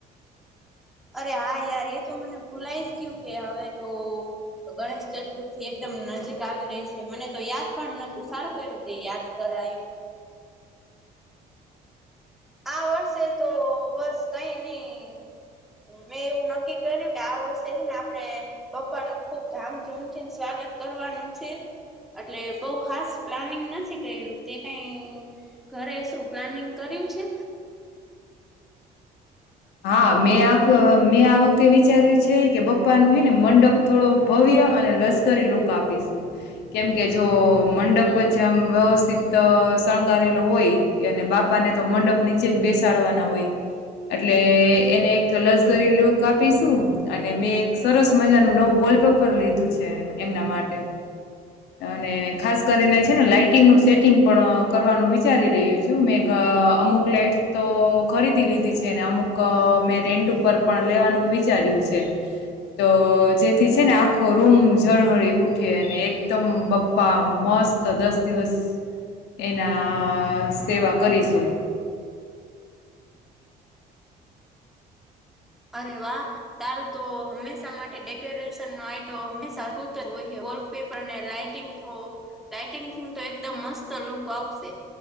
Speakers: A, in the centre; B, on the left (about 80°).
A: અરે હા યાર એ તો મને ભૂલાય જ ગયું કે હવે તો ગણેશ ચતુર્થી એકદમ નજીક આવી રહી છે મને તો યાદ પણ નતું સારું ક્યરૂ તે યાદ કર કરાયવુ. આ વર્ષે તો બસ કઈ ની મેં એવું નક્કી કર્યું કે આ વર્ષે છેને આપડે બપ્પાનું ખુબ ધામધૂમથી અને સ્વાગત કરવાનું છે. એટલે બઉ ખાસ પ્લાનિંગ નથી કર્યું તે કઈ ઘરે શું પ્લાનિંગ કર્યું છે?
B: હા મેં આ મેં આ વખતે વિચાર્યું છે કે બપ્પાનું છે ને મંડપ થોડો ભવ્ય ત્યોં અને લશ્કરી લુક આપીશું, કેમકે જો મંડપ જેમ વ્યવસ્થિત અ શણગારેલુ હોય, અને બાપા ને તો મંડપ નીચે જ બેસાડવાના હોય.
A: <inaudible>
B: એટલે એને એક લસગરી લુક આપીશું, અને મેં એક સરસ મજા નુ નવુ વર્લ્ડકપ ઉપર લીધું છે એમ એમના માટે અને ખાસ કરીને છે ને લાાઈટિંગ નું સેટિંગ પણ કરવાનું વિચારી રહ્યું છું, મે ઘ અ અમુક લાઈટ તો ખરીદી લીધી છ છે ને અમુક મેં રેન્ટ ઉપર પણ લેવાનું વિચાર્યું છે. તો જેથી છે ને આખો રૂમ ઝળહળી ઉઠે, અને એકદમ બપ્પા મો મસ્ત દસ દિવસ એના સેવા કરીશું
A: <inaudible> અરે વાહ તારું તો હંમેશા માટે ડેકોરેશન નો આઈટ હમેશા <unintelligible> વોલપેપર ને લાાઈટિંગ થો લાાઈટિંગ થીન તો એકદમ મસ્ત લુક આવશે.